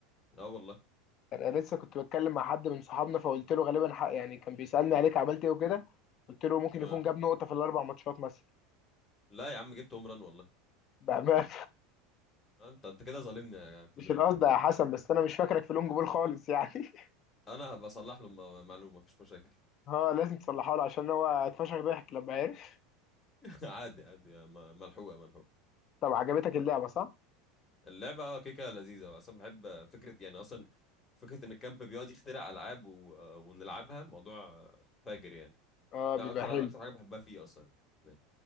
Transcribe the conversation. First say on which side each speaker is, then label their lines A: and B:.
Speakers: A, on the left; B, on the left.
A: اه والله
B: انا لسه كنت بتكلم مع حد من صحابنا فقلت له غالبا حق يعني كان بيسالني عليك عملت ايه وكده قلت له ممكن
A: اه
B: يكون جاب نقطه في الاربع ماتشات مثلا
A: لا يا عم جبت هوم ران والله
B: بامانه
A: آه، انت انت كده ظالمني يا كابتن
B: مش
A: روني
B: القصد
A: يعني
B: يا حسن بس انا مش فاكرك في لونج بول خالص يعني <laughs>
A: انا بصلح له م- معلومه مفيش مشاكل
B: اه لازم تصلحه له عشان هو اتفشخ ضحك لما عرف
A: <laughs> عادي عادي آه، م- ملحوقه ملحوقه
B: طب عجبتك اللعبه صح؟
A: اللعبه اه كيكه لذيذه اصلا بحب فكره يعني اصلا فكره ان الكامب بيقعد يخترع العاب و... آه، ونلعبها موضوع آه، فاجر يعني
B: اه
A: ده
B: بيبقى
A: اكتر
B: حلو
A: اكتر حاجه بحبها فيه اصلا يعني